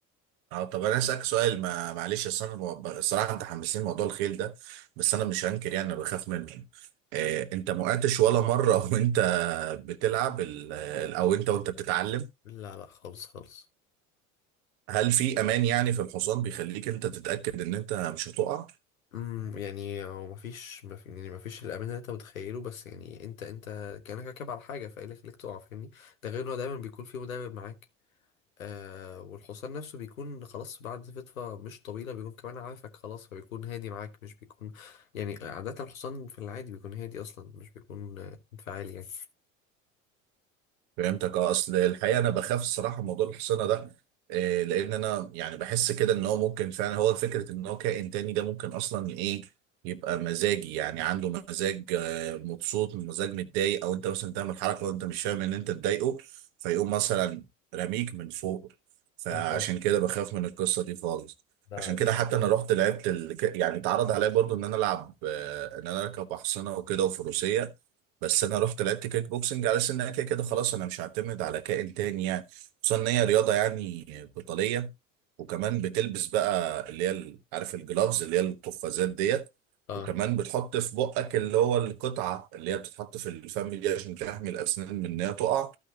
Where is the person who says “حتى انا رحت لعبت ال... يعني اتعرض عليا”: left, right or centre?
Right